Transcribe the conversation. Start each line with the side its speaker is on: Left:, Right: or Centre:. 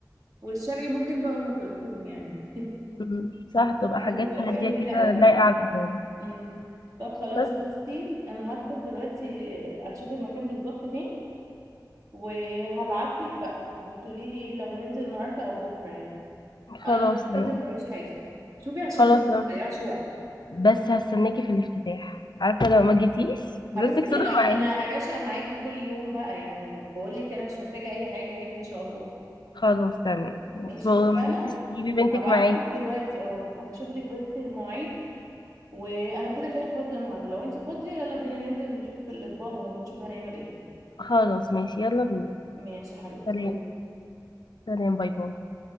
Right: والشرقي ممكن بقى ام كلثوم يعني <laughs>
Left: مم. صح تبقى
Right: هتبقى
Left: حاجات هاديه
Right: جميلة
Left: كده
Right: قوي
Left: لايقه على الايطالي
Right: امم طب خلاص
Left: بس
Right: بصي انا هدخل دلوقتي اشوف المكان بالظبط فين وهبعتلك بقى وتقولي لي ايه لو هننزل النهارده او بكره يعني
Left: خلاص
Right: انا النهارده
Left: تمام
Right: فاضية موريش حاجه شوفي عشان
Left: خلاص
Right: بس
Left: تمام
Right: ما تضيعش وقت
Left: بس هستناكي في الافتتاح عارفه لو ما جيتيش بنتك
Right: حبيبتي
Left: صدق
Right: انا انا
Left: معاكي
Right: يا باشا معاكي كل يوم بقى يعني بقول لك انا مش محتاجه اي حاجه هاجي ان شاء الله
Left: خلاص تمام مش
Right: ماشي
Left: ما
Right: اتفقنا
Left: تنسيش تجيبي بنتك
Right: هبعت
Left: معاكي
Right: لك دلوقتي اه وهشوف لك بس المواعيد وانا كده كده فاضيه النهارده لو انت فاضيه يلا بينا ننزل نشوف الاطباق ونشوف هنعمل ايه
Left: خلاص ماشي يلا بينا
Right: ماشي يا حبيبتي
Left: سلام سلام باي باي